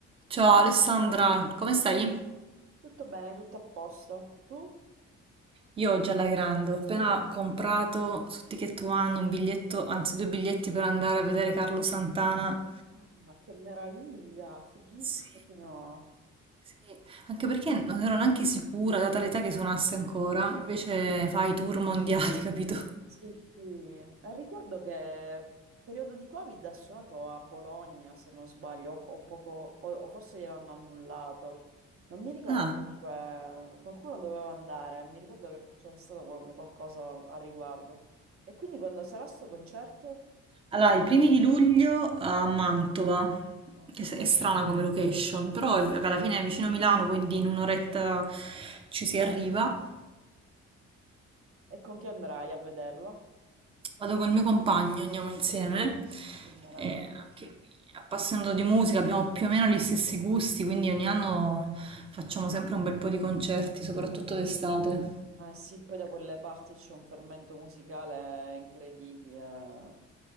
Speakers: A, on the right; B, on the right.
A: Ciao Alessandra, come stai?
B: Tutto bene, tutto a posto. Tu?
A: Io oggi alla grande, ho appena comprato su Ticket One un biglietto, anzi due biglietti per andare a vedere Carlo Santana.
B: Ah, che meraviglia, fighissimo.
A: Sì, sì. Anche perché non ero neanche sicura, data l'età che suonasse ancora, invece fa i tour mondiali, <laughs> capito?
B: Sì, sì. Eh, Ricordo che periodo di Covid ha suonato a Bologna, se non sbaglio, o, o poco, o, o forse gliel'hanno annullato. Non mi ricordo,
A: Ah,
B: comunque qualcuno doveva andare, mi ricordo che c'era stato qual- qualcosa a riguardo. E quindi quando sarà sto concerto?
A: allora, i primi di luglio a Mantova,
B: Ok.
A: che s- è strana come location, però è- vabbè, alla fine è vicino a Milano, quindi in un'oretta ci si arriva.
B: E con chi andrai a vederlo?
A: Vado col mio compagno, andiamo insieme.
B: Oh, Che meraviglia.
A: E anche lui, appassionato di musica, abbiamo più o meno gli stessi gusti, quindi ogni anno facciamo sempre un bel po' di concerti, soprattutto d'estate.
B: Eh sì, poi da quelle parti c'è un fermento musicale incredibile.